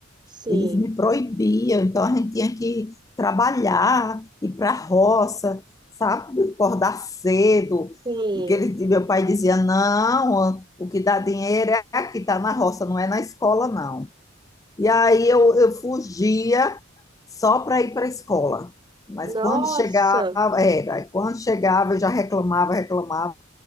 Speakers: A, on the right; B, on the left.
A: Sim.
B: Eles me proibiam, então a gente tinha que trabalhar, ir para a roça, sabe? Acordar cedo.
A: Sim.
B: E que ele, meu pai dizia: não, o que dá dinheiro é aqui, tá na roça, não é na escola, não. E aí eu, eu fugia só para ir para a escola. Mas
A: Nossa,
B: quando chegava, era, quando chegava, eu já reclamava, reclamava.